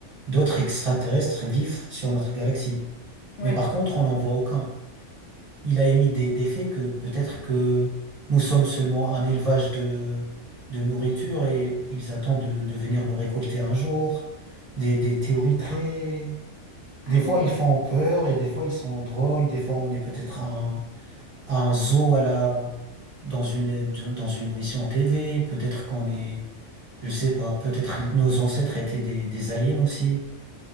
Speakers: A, on the right; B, on the left.
A: d'autres extraterrestres vivent sur notre galaxie.
B: Ouais.
A: Mais par contre, on n'en voit aucun. Il a émis des, des faits que peut-être que nous sommes seulement un élevage de, de nourriture et ils attendent de, de venir nous récolter un jour. Des, des théories très, des
B: Ah
A: fois,
B: ouais,
A: ils font peur et des fois, ils sont drôles. Des fois, on est peut-être à un, à un zoo à la, dans une, dans une émission TV. Peut-être qu'on est, je sais pas, peut-être les- nos ancêtres étaient des, des aliens aussi.